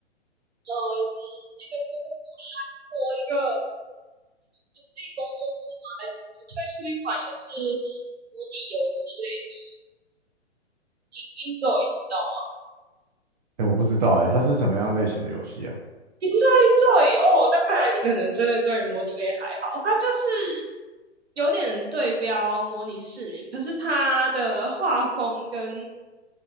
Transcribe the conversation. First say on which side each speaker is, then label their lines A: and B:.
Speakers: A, on the right; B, on the right.
A: 呃嗯那个那个那个国一个独立工作室吗？还是什么？我推出一款也是模拟游戏类的。英英咒语你知道吗？
B: 哎，我不知道哎，它是什么样类型的游戏啊？
A: 你知道英咒语哦，那看来你可能真的对模拟类还好。它就是有点对标模拟市民，可是它的画风跟